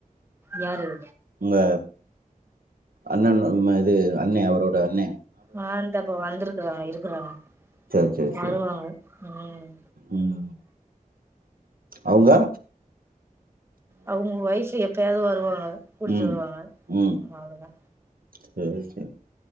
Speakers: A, on the right; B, on the right.
A: யாரு
B: உங்க அண்ணன் ன்ம இது அண்ணெ அவரோட அண்ணெ
A: ஆஹ் இந்தப்ப வந்துருக் இருக்றாங்க இருக்குறாங்க
B: சேரி சேரி
A: வருவாங்க
B: சேரி
A: உம்
B: ம் அவுங்க
A: அவுங்க ஒய்ஃபு எப் பயாது வருவாங்க கூட்டிட்டு
B: ம்
A: வருவாங்க
B: ம்
A: அவ்ளோதா
B: சேரி சேரி